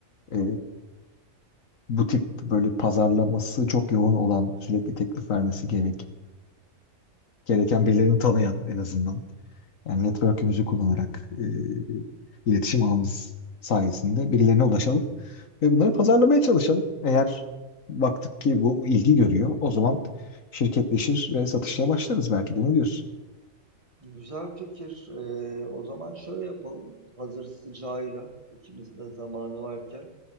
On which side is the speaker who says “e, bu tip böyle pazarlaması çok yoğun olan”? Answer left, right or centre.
Left